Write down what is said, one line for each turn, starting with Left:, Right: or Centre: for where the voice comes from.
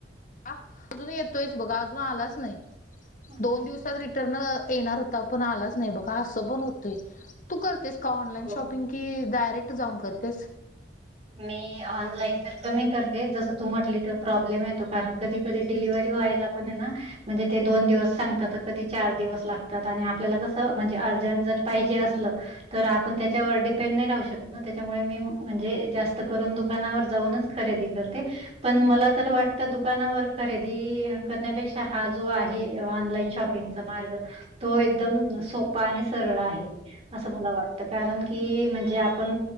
Left: अजून येतोय बघा अजून आलाच नाही. दोन
Right: अरे बापरे
Left: दिवसात रिटर्न येणार होता पण आलाच नाही बघा असं पण होतंय. तू करतेस का ऑनलाईन
Right: हो
Left: शॉपिंग की डायरेक्ट जाऊन करतेस.
Right: मी ऑनलाईन तर कमी करते जसं तू म्हटली तर प्रॉब्लेम येतो कारण कधी कधी डिलव्हरी व्हायला मण ना. म्हणजे ते दोन दिवस सांगतात कधी चार दिवस लागतात आणि आपल्याला कसं म्हणजे अर्जंट जर पाहिजे असलं तर आपण त्याच्यावर डिपेंड नाही राहू शकत ना त्याच्यामुळे मी म्हणजे. जास्त करून दुकानावर जाऊनच खरेदी करते. पण मला तर वाटतं दुकानावर खरेदी करण्यापेक्षा हा जो आहे ऑनलाईन शॉपिंग चा मार्ग तो एकदम सोपा आणि सरळ आहे. असं मला वाटतं कारण की म्हणजे आपण